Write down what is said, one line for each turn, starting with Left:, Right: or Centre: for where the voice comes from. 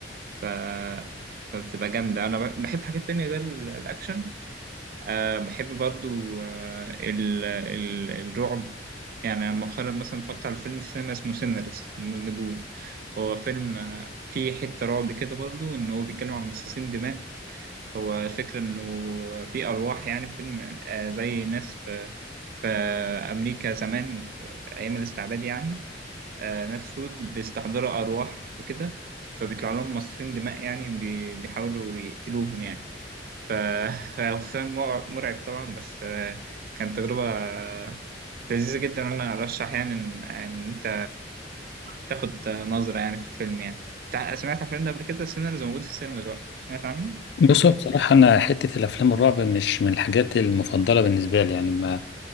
Right: ف فبتبقى جامده انا بحب حاجات تانية غير ال- الاكشن أه بحب برضو أه ال ال الرعب يعني أنا مؤخرا مثلا اتفرجت على فيلم في السينما اسمه سينرس المذنبون هو فيلم آه، فيه حتة رعب كده برضو إن هو بيتكلم عن مصاصين دماء هو الفكرة إنه في أرواح يعني في فيلم آه، زي ناس في في أمريكا زمان في أيام الاستعباد يعني آه، ناس سود بيستحضروا أرواح وكده فبيطلع لهم مصاصين دماء يعني بي- بيحاولوا يقتلوهم يعني ف- <laughs> فحسام مر- مرعب طبعا بس آه، كانت تجربة آه، لذيذة جدا أنا أرشح يعني إن إن أنت تاخد نظرة يعني في الفيلم يعني تع- سمعت عن الفيلم ده قبل كده سينرز موجود في السينما دلوقتي سمعت عنه؟
Left: بصوا بصراحة أنا حتة الأفلام الرعب مش من الحاجات المفضلة بالنسبة لي يعني ما